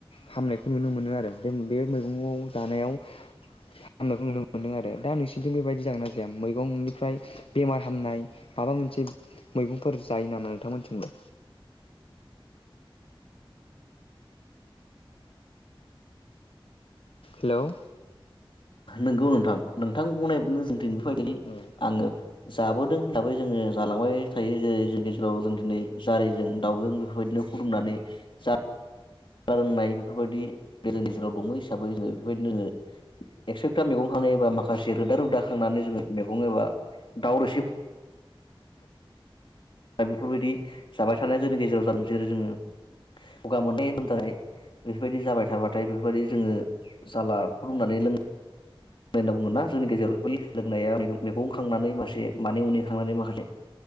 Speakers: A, on the left; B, on the left.
A: हामनायखौ नुनो मोनो आरो बे बे मैगङाव जानायाव खालामनायखौ नुनो मोन्दों आरो दा नोंसिनिथिं बेबायदि जागोन ना जाया? मैगं। ओमफ्राय बेमार हामनाय माबा मोनसे मैगंफोर जायो नामा नोंथांमोनथिंबो? हेल'
B: नोंगौ नोंथां नोंथां बुंनाय बादिनो जोंथिं <unintelligible>
A: औ
B: आङो जाबोदों हिसाबै जोङो जालांबाय थायो। जेरै जों गेजेराव जों दिनै जारिजों दाउजों बेफोरबायदिनो फुदुंनानै जा नाय लोंनाय बेफोरबायदि बे जोंनि गेजेराव दङो हिसाबै जोङो बेफोरबायदि जोङो एकस'था मैगं खांनाय एबा माखासे रोदा रोदा खांनानै जोङो मैगं एबा दाउ रोसि दा बेफोरबायदि जाबाय थानाया जोंनि गेजेराव जा जेरै जोङो गगा मोननाय लोमजानाय बेफोरबायदि जाबाय थाबाथाय बेफोरबायदि जोङो जाला फुदुंनानै लों ङो होनना बुङोना जोंनि गेजेरावयो लोंनाया मैगं खांनानै मासे मानै मुनि खांनानै माखासे